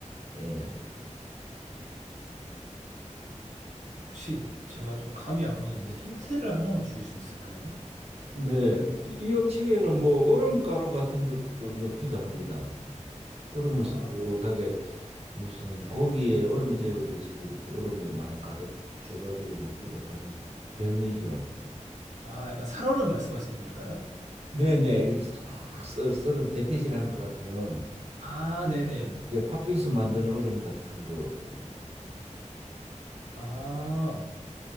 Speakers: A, on the right; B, on the right.
A: 예.
B: 네. 혹시 제가 좀 감이 안 오는데 힌트를 하나만 주실 수 있을까요?
A: 네, 이, 이 음식에는 뭐 얼음가루 같은 것도 넣기도 합니다. 얼음을
B: 아,
A: 수하게 무슨 고기에 얼음 재우듯이 이렇게 얼음을 많이 가득 줘가지고 먹기도 하는 별미죠.
B: 아, 약간 살얼음 말씀하시는 걸까요?
A: 네네 이렇게 싹 썰- 썰은 대패질한 것 같은
B: 아, 네네.
A: 예 팥빙수 만드는 얼음 같은 거
B: 아,